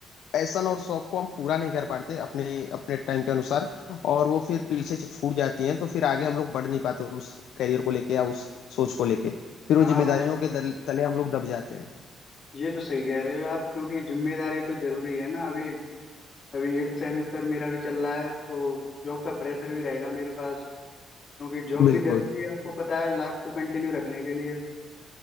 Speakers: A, on the left; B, on the left.
A: पैशन और शौक को हम पूरा नहीं कर पाते अपने अपने टाइम के अनुसार और वो फिर पीछे से छूट जाती हैं तो फिर आगे हम लोग बढ़ नहीं पाते उस करियर को लेके या उस सोच को लेके फिर वो
B: हाँ
A: जिम्मेदारियों
B: भाई
A: के दल- तले हम लोग दब जाते हैं
B: ये तो सही कह रहे हो आप क्योंकि जिम्मेदारी तो जरूरी है ना अभी अभी एट्थ सेमेस्टर मेरा भी चल रहा है तो जॉब का प्रेशर भी रहेगा मेरे पास क्योंकि जॉब
A: बिल्कुल
B: भी जरूरी है आपको पता है लाइफ को कंटिन्यू रखने के लिए